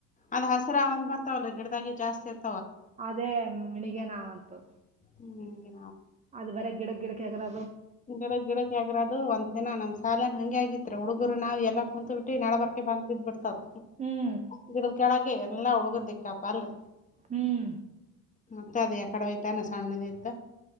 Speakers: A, on the left; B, on the right.
A: ಅದ್ ಹಸಿರ ಒಂದ ಬರ್ತಾವಲ್ ಗಿಡದಾಗೆ ಜಾಸ್ತಿ ಆತ
B: ಅದೇ ಮಿಣಿಗೆ ನಾವಂತು
A: ಹ್ಮ್ಗೆ
B: ಅದ ಬರ ಗಿಡಕ್ ಗಿಡಕ್ ಹಾಕದ
A: ಗಿಡ ಗಿಡಕ್ ಆಗರ ಅದು ಒಂದ ದಿನ ನಮ ಸಾಲ ಹಂಂಗ ಆಗಿತ್ರಿ ಹುಡುಗರು ನಾವವು ಎಲ್ಲ ಕುಂತತ್ ಬಿಟ್ಟ ನಡಬರ್ ಬಂದ್ ಬಿದ್ದ್ ಬಿಡ್ತದ
B: ಹ್ಮ್
A: ಇದದ ಕೆಳಗೆ ಎಲ್ಲಾ ಹುಡುಗರ್ ದಿಕ್ಕಪ್ಪ ಅಲ್ರಿ
B: ಹ್ಮ್
A: ಮತ್ತತ್ ಅದ ಯಕಡೆೋಯತಾ ನ ಸಣ್ಣದಯತ